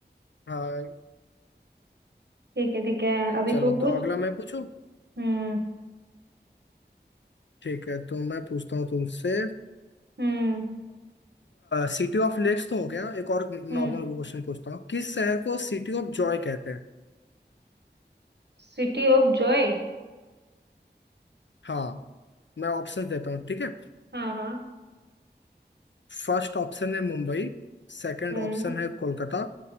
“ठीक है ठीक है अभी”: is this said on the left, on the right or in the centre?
Right